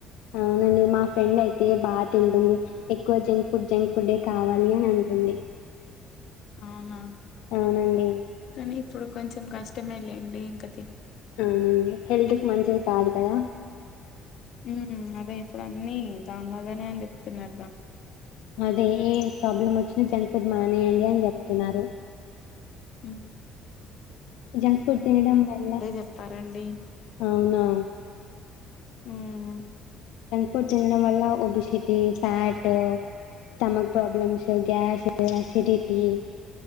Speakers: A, on the left; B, on the left.
A: అవునండి మా ఫ్రెండ్ అయితే బా తింటుంది ఎక్కువ జంక్ ఫుడ్ జంక్ ఫుడె కావాలి అని అంటుంది
B: అవునా
A: అవునండి.
B: కానీ ఇప్పుడు కొంచెం కష్టమే లేండి ఇంక
A: అవునండి హెల్త్ కి మంచిది కాదు కదా
B: హు అదే ఇప్పుడు అన్నీ దానిలాగానే అని చెప్తున్నారుగా
A: అదే ఏ ప్రాబ్లం వచ్చినా జంక్ ఫుడ్ మానేయండి అని చెప్తున్నారు.
B: హు
A: జంక్ ఫుడ్ తినడం వల్ల
B: చెప్పారండి
A: అవునా
B: హుహు
A: డ్ తినడం వల్ల obesity, fat, stomach problems, gas, acidity